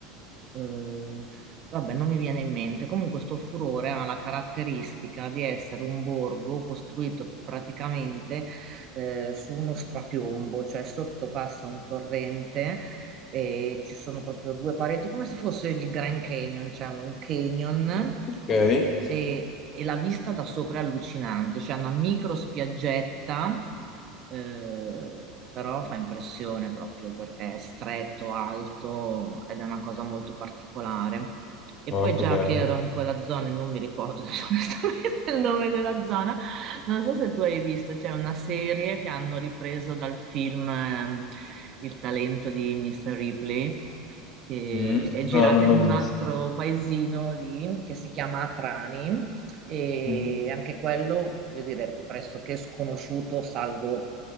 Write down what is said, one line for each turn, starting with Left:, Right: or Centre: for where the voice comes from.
Right: Eh, vabbè, non mi viene in mente. Comunque, sto furore ha la caratteristica di essere un borgo costruito praticamente eh, su uno strapiombo, cioè sotto passa un torrente e ci sono proprio due pareti, come se fosse il Grand Canyon, cioè un canyon
Left: Ok.
Right: e, e la vista da sopra è allucinante, c'è una micro spiaggetta, eh, però fa impressione proprio perché è stretto, alto ed è una cosa molto particolare. E
Left: Oh,
Right: poi
Left: che
Right: già
Left: bello.
Right: che ero in quella zona e non mi ricordo <laughs> adesso onestamente il nome della zona, non so se tu hai visto, c'è una serie che hanno ripreso dal film ehm, Il talento di Mr. Ripley, che
Left: Mm?
Right: è girata
Left: No, non
Right: in
Left: l'ho
Right: un
Left: visto.
Right: altro paesino lì che si chiama Atrani e
Left: Mm.
Right: anche quello, voglio dire, pressoché sconosciuto, salvo